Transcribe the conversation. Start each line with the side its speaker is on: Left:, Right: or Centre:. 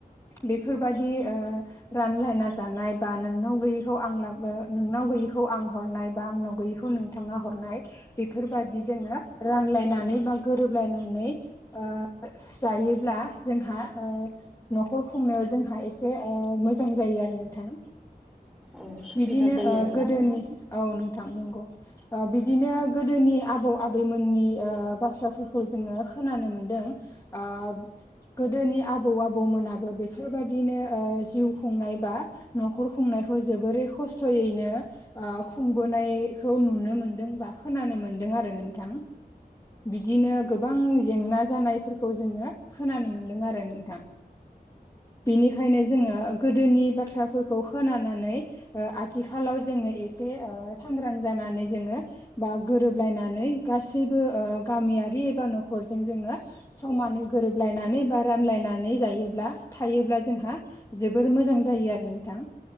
Left: बेफोरबायदि ओ रानलायना जानाय बा नोंनाव गैयैखौ आं लाबो नोंनाव गैयैखौ आं हरनाय बा आंनाव गैयैखौ नोंथाङा हरनाय बेफोरबादि जोङो रानलायनानै बा गोरोबलायनानै ओ जायोब्ला जोंहा ओ न'खर खुंनायाव जोंहा एसे ओ मोजां जायो आरो नोंथां
Centre: औ सुबिदा
Left: बिदिनो
Centre: जायो
Left: ओ
Centre: आरोना
Left: गोदोनि
Centre: नोंथां
Left: औ नोंथां नंगौ ओ बिदिनो गोदोनि आबौ आबैमोननि ओ बाथ्राफोरखौ जोङो खोनानो मोनदों ओ गोदोनि आबौ आबौमोनाबो बेफोरबादिनो ओ जिउ खुंनाय बा न'खर खुंनायखौ जोबोरै खस्थ'यैनो खुंबोनायखौ नुनो मोनदों बा खोनानो मोनदों आरो नोंथां। बिदिनो गोबां जेंना जानायफोरखौ जोङो खोनानो मोनदों आरो नोंथां। बेनिखायनो जोङो गोदोनि बाथ्राफोरखौ खोनानानै ओ आथिखालाव जोङो एसे सांग्रां जानानै जोङो बा गोरोबलायनानै गासैबो गामियारि एबा न'खरजों जोङो समानै गोरोबलायनानै बा रानलायनानै जायोब्ला थायोब्ला जोंहा जोबोर मोजां जायो आरो नोंथां।